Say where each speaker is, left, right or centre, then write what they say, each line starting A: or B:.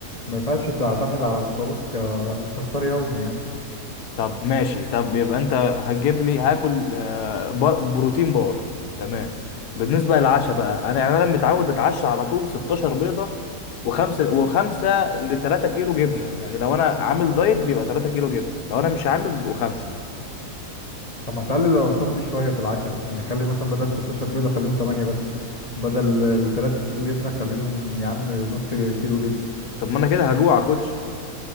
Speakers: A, on the left; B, on the left.
A: ما ينفعش تعتمد على الخروف ك... كفطار يومي يعني
B: طب ماشي طب يبقى انت هتجيب لي هاكل آه، بار- بروتين بار تمام بالنسبه للعشاء بقى انا يعني انا متعود اتعشى على طول 16 بيضه وخمسه وخمسه ل 3 كيلو جبنه يعني لو انا عامل دايت بيبقى 3 كيلو جبنه لو انا مش عامل بيبقوا خمسه
A: طب ما تقلل الارقام دي شوية في العشاء يعني خلي مثلا بدل 16 بيضة خليهم 8 بس بدل ال 3 كيلو جبنة خليهم يا عم نص كيلو جبنة
B: طب ما انا كده هجوع يا كوتش